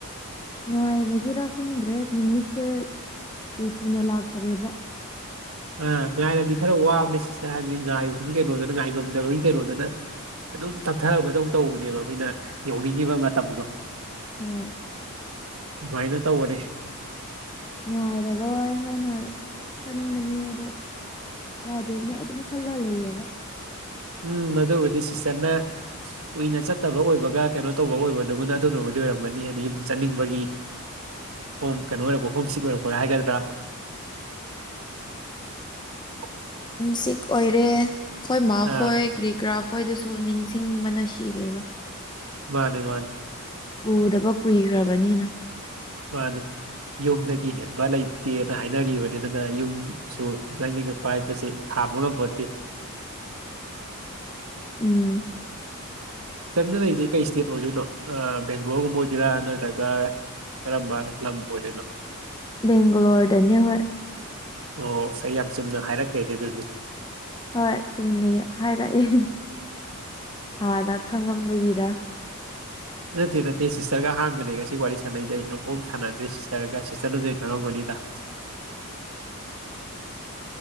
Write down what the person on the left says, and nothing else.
ꯉꯥꯏꯕꯒꯤꯔꯥ ꯈꯪꯗ꯭ꯔꯦ ꯅꯨꯃꯤꯠꯁꯦ ꯊꯨ ꯊꯨꯅ ꯂꯥꯛꯇꯔꯦꯕ
ꯍꯣꯏ
ꯉꯉꯥꯏꯔꯔꯣꯏ ꯍꯥꯏꯅ ꯈꯟꯕꯅꯦ ꯑꯗꯣ ꯌꯥꯗꯦ ꯃ ꯑꯗꯨꯝ ꯈꯜꯂ ꯂꯩꯌꯦꯕ
ꯆꯤꯛ ꯑꯣꯏꯔꯦ ꯑꯩꯈꯣꯏ ꯃꯥꯈꯣꯏ
ꯀ꯭ꯔꯤ ꯀꯔꯥ ꯈꯣꯏꯁꯨ ꯁ ꯅꯤꯡꯁꯤꯡꯕꯅ ꯁꯤꯔꯦꯕ
ꯎꯗꯕ ꯀꯨꯏꯈ꯭ꯔꯕꯅꯤꯅ
<unintelligible> ꯎꯝ
ꯕꯦꯡꯒꯂꯣꯔꯗꯅꯤ ꯍ
ꯍꯣꯏ ꯆꯨꯝꯅ ꯍꯥꯏꯔꯛꯑꯦ ꯍꯥꯟꯅ ꯈꯪꯉꯝꯕꯒꯤꯔ
<unintelligible>